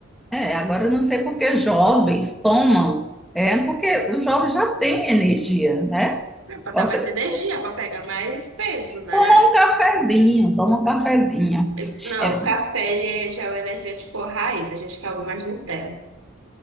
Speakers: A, in the centre; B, on the right.
A: É, agora eu não sei porque jovens tomam, é porque o jovem já tem energia, né?
B: É Pra
A: Você
B: dar mais energia, pra pegar mais peso, né?
A: toma um cafezinho, toma um cafezinho.
B: Esse- Não,
A: É,
B: o café ele é, já é o energético raiz, a gente quer algo mais Nutella.